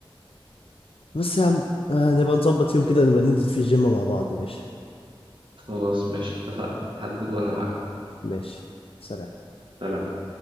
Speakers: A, on the left (about 80°); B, on the right (about 60°).
A: بس يا عم آه نبقى نظبط يوم كده نبقى ننزل فيه الجيم مع بعض ماشي
B: خلاص ماشي اتفقنا حدد وانا معاك
A: ماشي سلام
B: سلام.